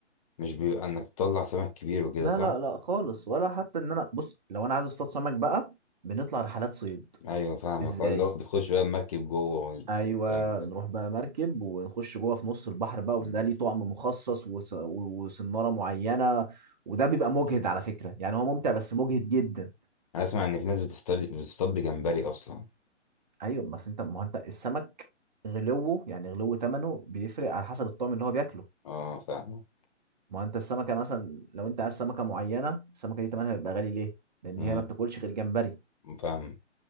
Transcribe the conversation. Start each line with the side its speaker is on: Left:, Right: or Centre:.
Left: مش بيبقى إنك تطلع سمك كبير وكده
Right: لا
Left: صح؟
Right: لا لا خالص ولا حتى ان انا بص لو انا عايز اصطاد سمك بقى بنطلع رحلات صيد
Left: أيوه فاهمك
Right: ازاي
Left: اه اللي هو بتخش بقى المركب جوه والكلام
Right: ايوه
Left: ده
Right: نروح بقى مركب ونخش جوه في نص البحر بقى
Left: مم.
Right: وده ليه طعم مخصص وس- و- وسناره معينه وده بيبقى مجهد على فكره يعني هو ممتع بس مجهد جدا
Left: أنا أسمع إن في ناس بتصطاد بتصطاد بجمبري أصلا
Right: ايوه بس انت ما هو انت السمك غلوه يعني غلو ثمنه بيفرق على حسب الطعم اللي هو بياكله
Left: اه فاهمك
Right: ما هو انت السمكه مثلا لو انت عايز سمكه معينه السمكه دي تمنها بيبقى غالي ليه لان
Left: مم،
Right: هي ما بتاكلش غير جمبري
Left: فاهمك